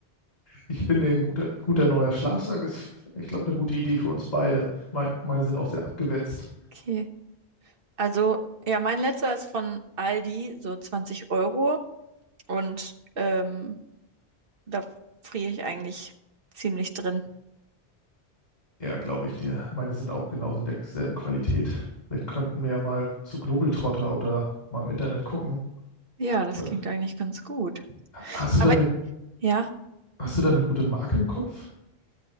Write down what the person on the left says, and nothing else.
ich finde, ein guter, guter neuer Schlafsack ist, ich glaube, eine gute Idee für uns beide. Mei- meine sind auch sehr abgewetzt.
Ja, glaube ich dir. Meine sind auch genauso in derselben Qualität. Wir könnten mir ja mal zu Globetrotter oder mal im Internet gucken.
Oder
hast du
da eine,
hast du da eine gute Marke im Kopf?